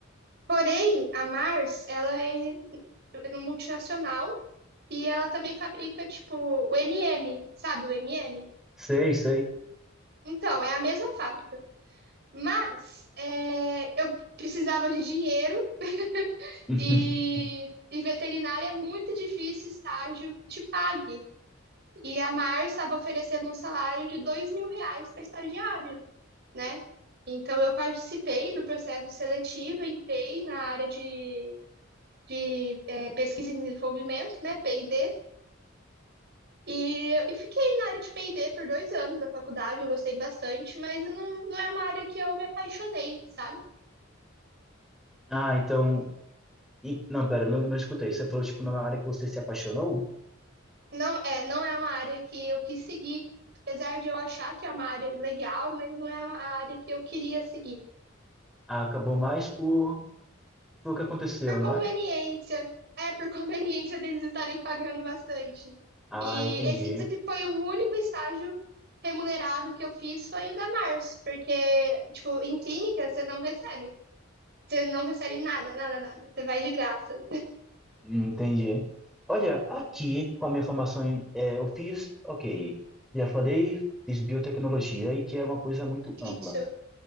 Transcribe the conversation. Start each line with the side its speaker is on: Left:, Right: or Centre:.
Right: Porém, a Mars, ela é multinacional E ela também fabrica, tipo, o MM, sabe o MM?
Centre: Sei, sei.
Right: Então, é a mesma fábrica. Mas é, eu precisava de dinheiro <laughs>
Centre: <laughs>
Right: e, e veterinária é muito difícil estágio que te pague. E a Mar estava oferecendo um salário de dois mil reais para estagiário, né? Então eu participei do processo seletivo em PEI na área de, de é, pesquisa e desenvolvimento, né? P&D, E, e fiquei na área de P&D por dois anos da faculdade, eu gostei bastante, mas não, não é uma área que eu me apaixonei, sabe?
Centre: Ah, então. e- não, pera, não, não escutei. Você falou, tipo, numa área que você se apaixonou?
Right: Não é, não é uma área que eu quis seguir, apesar de eu achar que é uma área legal, mas não é a área que eu queria seguir.
Centre: Ah, acabou mais por, por o que aconteceu,
Right: Por conveniência,
Centre: não é?
Right: é, por <laughs> conveniência deles estarem pagando bastante.
Centre: Ah,
Right: E
Centre: entendi.
Right: esse inclusive, foi o único estágio remunerado que eu fiz foi o da Mars, porque, tipo, em clínica você não recebe. Você não recebe nada, nada, nada. Você vai de graça.
Centre: Entendi. Olha, aqui, com a minha formação, em- é, eu fiz, ok, já falei, fiz biotecnologia, e que é uma coisa muito ampla.
Right: Isso,